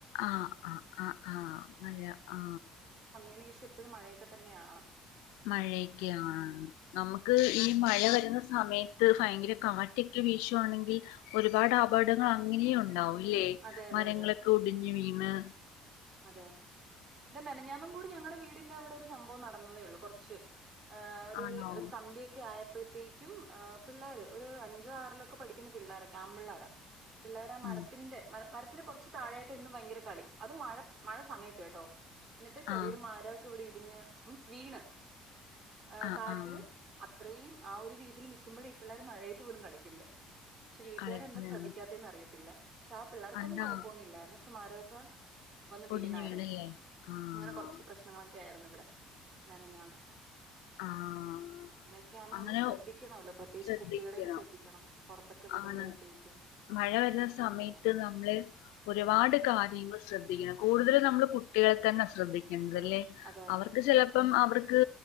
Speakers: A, on the left; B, on the right.
A: ആ ആഅ ആ മഴ ആ
B: ഏനീ ഷം എപ്പഴും മഴയൊക്കെത്തന്നെയാണ്
A: മഴയൊക്കെയാൺ നമ്ക്ക് ഈ മഴ വരുന്ന സമയ ത്ത് ഫയങ്കര കാറ്റൊക്കെ വീശുവാണെങ്കിൽ ഒരുപാട് അപടങ്ങൾ അങ്ങനെയ് ഉണ് ണ്ടാവും ല്ലേ
B: അതെ അതെ
A: മരങ്ങളൊക്കെ
B: അതെ
A: ഒടി ഇവീണ്
B: അതെ ത് മെനഞ്ഞാന്നും കൂടി ഞങ്ങളടെ വീടിന്റെ അവ്ടെ സംഭവം നടന്നതേ ഉള്ളൂ കൊർച്ച് ആ ഒരു
A: ആണോ
B: ഒര് സന്ധ്യൊക്കെ ആയ പ്പഴത്തേക്യും ആ പിള്ളാര് ഒരു അഞ്ചോ ആറിലൊക്കെ പഠിക്കുന്ന പിള്ളാര് ആമ്പിള്ളാരാ പിള്ളാരാ മരത്തിന്റെ
A: ഉം
B: മര് മര ത്തിന്റെ കൊർച്ച് താഴായിട്ട് എന്നും ഭയങ്കര കളി അതും മഴ മഴ സമയത്ത് കേട്ടോ ന്നിട്ട് ചെറിയൊരു
A: ആഹ്
B: മാരോക്കെവിടി <unintelligible> മീൻസ് വീണ് ആ
A: ആഹ്
B: കാറ്റില്
A: ആഹ്
B: അ ത്രയും ആ ഒരു രീതിൽ നിക്കുമ്പഴ ഇ പിള്ളര് മഴയത്ത് പോലും കളിക്കുന്നേ ക്ഷെ വീട്ടുകാരെന്താ
A: കളിക്കുന്ന
B: ശ്രദ്ധിക്കാത്തെന്നറിയത്തില്ല ഷെ ആ പിള്ളാർക്കൊന്നും
A: അതാ
B: കൊഴപ്പവൊന്നും ഇല്ലാരുന്നു പക്ഷെ മരോക്കെ വന്ന് വീണാരുന്നു
A: ഒടിഞ്ഞു വീണല്ലേ ആഹ്
B: അങ്ങനെ കൊറച്ച് പ്രശ്നമാ ക്കെയാർന്നിവിടെ മെനഞ്ഞാന്ന്
A: ആഹ്
B: അങ്ങനെക്കെ ആമ്പോ
A: അങ്ങനെ
B: നമ്മള് ശ്രദ്ധിക്കണോല്ലൊ പ്രത്യേകിച്ച്
A: ശ്രദ്ധിക്കണം
B: കുട്ടികളേം ശ്രദ്ധിക്കണം പുറത്തൊക്കെ വിടുമ്പോഴത്തേക്കും
A: ആണ് മഴ വരുന്ന
B: അങ്ങനെയൊക്കെ
A: സമയത്ത്
B: ഉണ്ടല്ലോ
A: നമ്മള് ഒരുപാട് കാര്യങ്ങൾ ശ്രദ്ധിക്കണം കൂടുതലും നമ്മള് കുട്ടികളെ തന്നെ ശ്രദ്ധിക് എന്തല്ലേ
B: അതെ അതെ
A: അവർക്ക് ചിലപ്പം അവർക്ക്